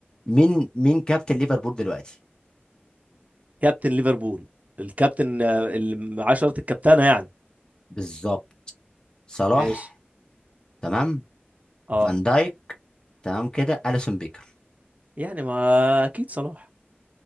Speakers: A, on the left; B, on the right.
A: مين مين كابتن ليفربول دلوقتي
B: كابتن ليفربول الكابتن آه، اللي عشرة الكابتنة يعني
A: بالظبط صلاح
B: ماشي
A: تمام
B: اه
A: فان دايك تمام كده اليسون بيكر
B: يعني ما اكيد صلاح